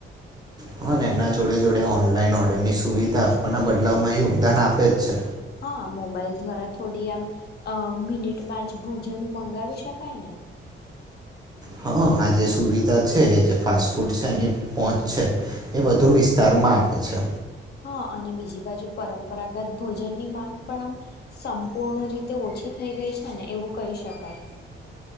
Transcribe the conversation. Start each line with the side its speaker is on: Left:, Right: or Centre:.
Right: હા, એના જોડે જોડે ઓનલાઈન ઓર્ડર ની સુવિધા આપવાના બદલાવ માં યોગદાન આપે જ છે
Left: હા મોબાઈલ દ્વારા થોડી આમ મિનિટમાં જ ભોજન મંગાવી શકાય ને
Right: હા આ જે સુવિધા છે જે ફાસ્ટ ફૂડ છે એની પોચ છે એ બધું વિસ્તારમાં આપે છે
Left: હા અને બીજી બાજુ પરંપરાગત ભોજનની માંગ પણ આમ સંપૂર્ણ રીતે ઓછી થઈ ગઈ છે ને એવું કહી શકાય